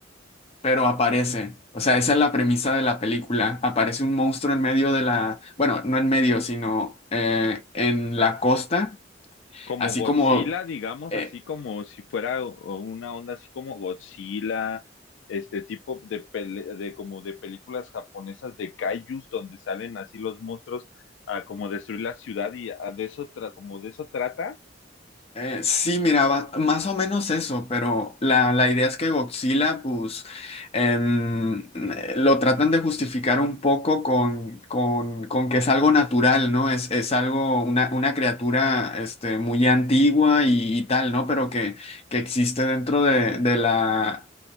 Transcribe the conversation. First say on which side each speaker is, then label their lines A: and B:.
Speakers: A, on the left; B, on the left.
A: pero aparece. O sea, esa es la premisa de la película. Aparece un monstruo en medio de la, bueno, no en medio, sino eh, en la costa.
B: Como
A: Así
B: Godzilla,
A: como,
B: digamos,
A: eh,
B: así como si fuera o- o una onda así como Godzilla, este tipo de, pele- de como de películas japonesas de kaijus donde salen así los monstruos a como destruir la ciudad y a- de eso tra- como de eso trata.
A: eh, sí, miraba más o menos eso, pero la, la idea es que Godzilla, pues, em, eh, lo tratan de justificar un poco con, con, con que es algo natural, ¿no? Es, es algo, una, una criatura, este, muy antigua y, y tal, ¿no? Pero que, que existe dentro de, de la...